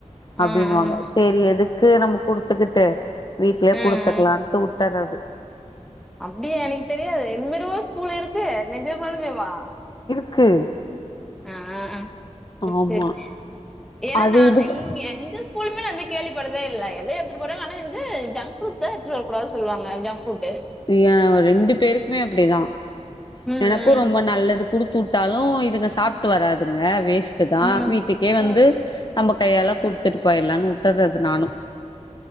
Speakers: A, on the left (about 35°); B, in the centre.
A: அப்படின்னு
B: ம் ம்
A: வாங்க சரி எது க்கு நமக்கு கொடுத்துக்கிட்டு வீட்யே
B: ம்
A: கொடுத்துக்கலாம்ட்டு வுட்டர்றது
B: அப்படியா எனக்கு தெரியாது என்மருவ ஸ்கூல் இருக்கு நஜமாலுமேவா
A: க்கு
B: ஆஹ்ஹ்ஹ்
A: ஆமா
B: சரி ஏன்னா
A: அது இதுக்கு
B: இங்க எந்த ஸ்கூல் அப்டிலா எங்கயும் கேள்விப்பட்டதே இல்ல எத எடுத்துட்டு போறாங்கனா ஆனா வந்து ஜங்க் ஃபுட் தா எடுத்துவரக்க கூடாது சொல்லுவாங்க ஃபுட்டு
A: ஏன் அவ ரெண்டு பேருக்குமே அப்படிதான்
B: ம்
A: எனக்கும் ரொம்ப நல்லது குடுத்து விட்டாலும் இதுங்க சாப்பிட்டு வராதுங்க வேஸ்டா தான்
B: ம் ம்
A: வீட்டுக்கே வந்து
B: ம்
A: நம்ம கையால கொடுத்து ச்சட்டுப்பாயலாம்னு வுட்டர்றது நானும்